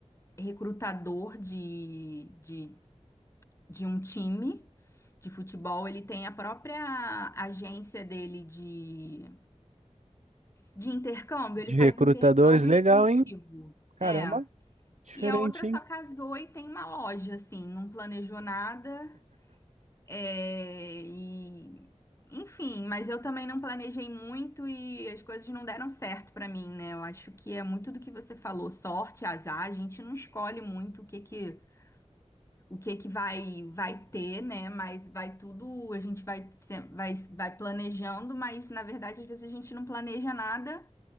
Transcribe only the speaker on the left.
recrutador de, de de um time de futebol, ele tem a própria agência dele de, de intercâmbio, ele
faz
intercâmbio
esportivo.
É.
E a outra
só casou e tem uma loja, assim, não planejou nada. É, e, enfim, mas eu também não planejei muito e as coisas não deram certo pra mim, né? Eu acho que é muito do que você falou, sorte, azar, a gente não escolhe muito o que que o que que vai vai ter, né? Mas vai tudo, a gente vai se- vai vai planejando, mas na verdade às vezes a gente não planeja nada